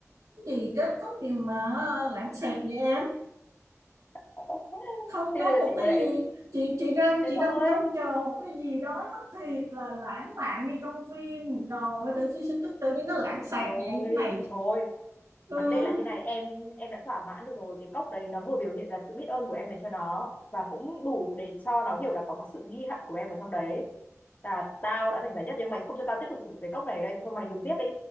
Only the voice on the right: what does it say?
cái gì kết thúc điều mà ờ, lãng xẹt vậy em
không
có
một
cái
gì chị chị đang
chị
đang trông chờ một cái gì đó nó thiệt là lãng mạn như trong phim trời ơi tự nhiên tự, tự nhiên nó lãng xẹt
vậy cái này
ừ.